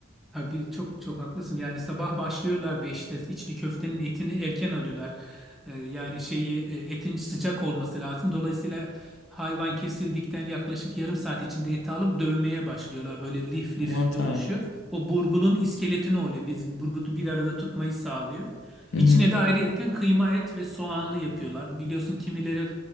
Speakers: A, in the centre; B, on the left.
A: Tabii çok çok haklısın. Yani sabah başlıyorlar beşte içli köftenin etini erken alıyorlar. Ee, yani şeyi e, etin sıcak olması lazım. Dolayısıyla hayvan kesildikten yaklaşık yarım saat içinde eti alıp dövmeye başlıyorlar. Böyle lif lif
B: Aman Tanrım.
A: duruşuyor. O burgulun iskeletini oluyor. Biz burgutu bir arada tutmayı sağlıyor.
B: Hı
A: İçine
B: hı.
A: de ayrıyetten kıyma et ve soğanlı yapıyorlar. Biliyorsun kimileri